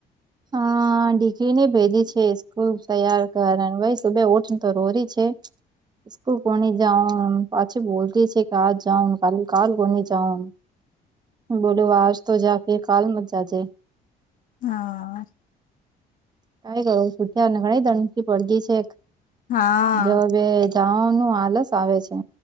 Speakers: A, on the right; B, on the left.
A: હા, ડિગ્રી ને ભેજે છે, સ્કૂલ તૈયાર. કારણ ભાઈ સુબે ઉઠ નેતો હોરી છે. સ્કુલ કોને જાઉન પાછી બતી છે, કે આજ જાન કાલ કાલ કોને જાઉન.
B: <inaudible>
A: બોલો આજ તોજા ફેર કાલ મત જાજે.
B: હા.
A: કંઈ કરો છૂઠને ઘણી દંથી પડગી છે.
B: હા
A: જોબે જાવાનું આલસ આવે છે.